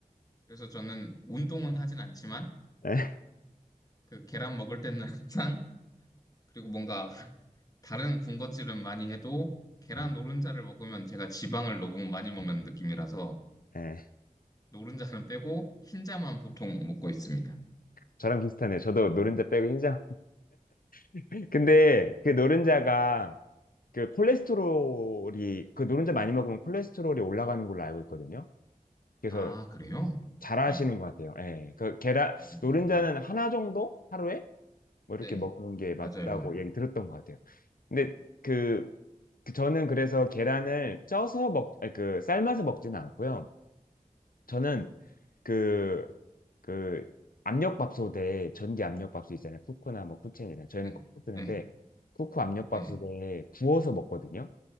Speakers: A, on the left; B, on the left.
A: 그래서 저는 운동은 하진 않지만,
B: 네.
A: 그 계란 먹을 때는 <laughs> 항상, 그리고 뭔가 다른 군것질은 많이 해도 계란
B: 네.
A: 노른자를 먹으면 제가 지방을 너무 많이 먹는 느낌이라서
B: 네.
A: 노른자는 빼고 흰자만 보통 먹고 있습니다.
B: 저랑 비슷하네요. 저도 노른자 빼고 흰자. <laughs> 근데 그 노른자가 그 콜레스테롤이, 그 노른자 많이 먹으면 콜레스테롤이 올라가는 걸로 알고 있거든요. 그래서
A: 아, 그래요?
B: 잘하시는
A: 네.
B: 것 같아요. 예. 그 계란
A: 음,
B: 노른자는 하나 정도 하루에 뭐 이렇게
A: 네,
B: 먹는 게
A: 맞아요.
B: 맞다고 얘기 들었던 것 같아요. 근데 그, 그 저는 그래서 계란을 쪄서 먹, 아니, 그 삶아서 먹지는 않고요. 저는 그 그 압력밥솥에 전기 압력밥솥 있잖아요. 쿠쿠나 뭐 쿠첸이나 저희는
A: 네,
B: 쿠쿠 쓰는데
A: 네,
B: 쿠쿠 압력밥솥에
A: 네.
B: 구워서 먹거든요.